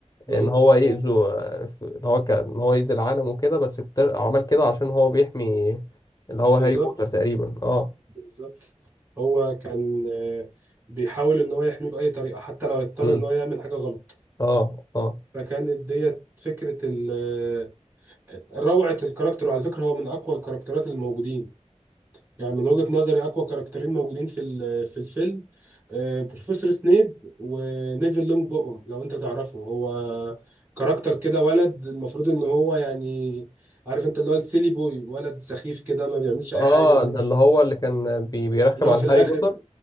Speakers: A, on the right; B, on the left.
A: مم.
B: ان هو يأذوا ان هو كان ان هو يأذي العالم وكده بس اكتر- عمل كده عشان هو بيحمي اللي
A: آه،
B: هو
A: بالظبط
B: هاري بوتر تقريبا اه
A: بالظبط هو كان آه، بيحاول ان هو يحميه بأي طريقة حتى لو يضطر
B: امم
A: ان هو يعمل حاجة غلط
B: اه اه
A: فكانت ديت فكرة ال- آه، روعة الكاركتر وعلى فكرة هو من اقوى الكاركترات الموجودين يعني من وجهة نظري أقوى كاركترين موجودين في ال- في الفيلم آه، بروفيسور سنيب ونيفل لونج بوم لو أنت تعرفه هو كاركتر كده ولد المفروض إن هو يعني عارف أنت اللي هو السيلي بوي ولد سخيف كده ما بيعملش أي
B: اه
A: حاجة ملوش
B: ده اللي هو اللي كان بي بيرخم
A: اللي هو
B: على
A: في الآخر
B: هاري بوتر